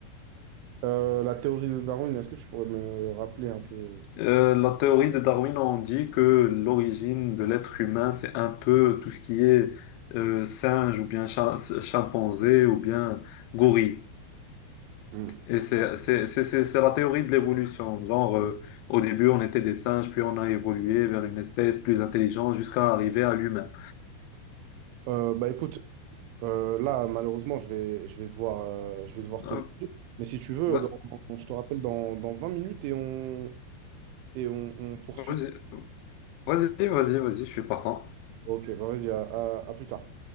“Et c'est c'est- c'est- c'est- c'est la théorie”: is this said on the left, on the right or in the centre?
Left